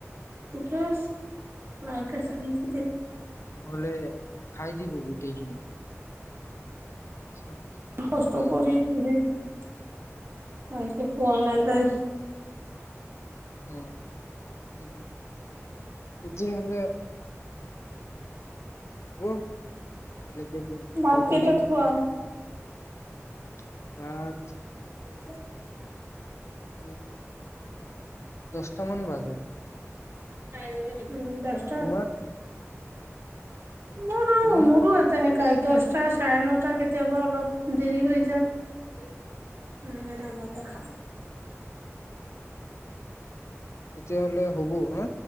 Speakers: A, on the right (about 55°); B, on the left (about 60°).
A: ঠিকে আছে <unintelligible>
B: নহলে খাই দিব গোটেইখিনি। পিছত
A: কষ্ট
B: একো নহব
A: কৰি ভালকে পোৱা নাযায়
B: অ সেইটো যে হ'লে হব <inaudible> দি
A: ভাত
B: কল
A: কেইটাত
B: কৰিম
A: খোৱা
B: <unintelligible>
A: <inaudible>
B: উম দহটামান বাজে
A: <unintelligible> উম দষ্ট
B: তোমাৰ
A: মোৰোঁ
B: তুমি
A: মোৰোঁ অ তেনেকে কাই দশটা চাৰে নটা কেতিয়াবা অলপ দেৰি হৈ যায় এনে আগতে খাম
B: তেতিয়াহলে হ'ব‌ হা